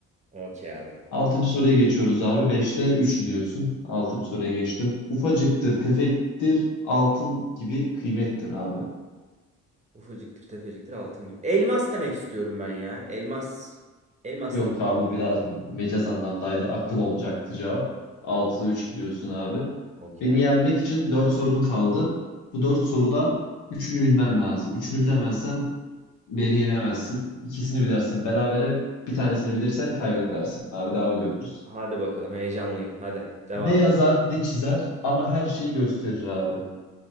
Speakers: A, on the right (about 25°); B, on the left (about 80°).
A: Okey abi.
B: Altıncı soruya geçiyoruz abi. Beşte üç gidiyorsun. Altıncı soruya geçtim. Ufacıktır, tefektir, altın gibi kıymettir abi.
A: Ufacıktır, tefeciktir, altın gibi. Elmas demek istiyorum ben ya. Elmas. Elmas
B: Yok
A: diyeyim.
B: abi bu biraz mecaz anlamdaydı. Akıl olacaktı cevap.
A: Akın.
B: Altıda üç gidiyorsun abi.
A: Okey
B: Beni
A: ya.
B: yenmek için dört sorun kaldı. Bu dört soruda üçünü bilmen lazım. Üçünü bilemezsen beni yenemezsin. İkisini bilirsin berabere. Bir tanesini bilirsen kaybedersin abi. Devam ediyoruz.
A: Hadi bakalım heyecanlıyım. Hadi devam
B: Ne
A: et.
B: yazar ne çizer ama her şeyi gösterir abi.